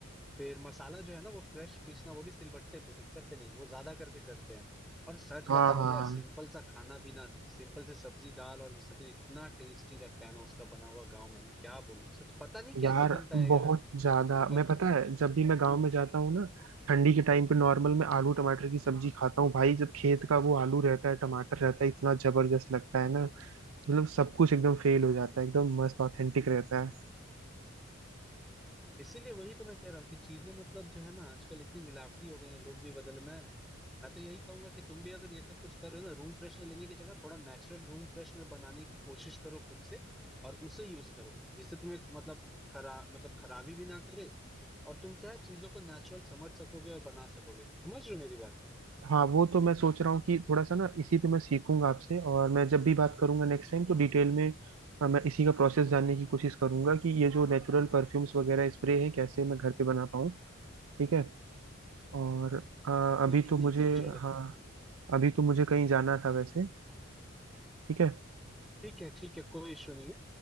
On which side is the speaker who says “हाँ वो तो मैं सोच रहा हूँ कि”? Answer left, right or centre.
Right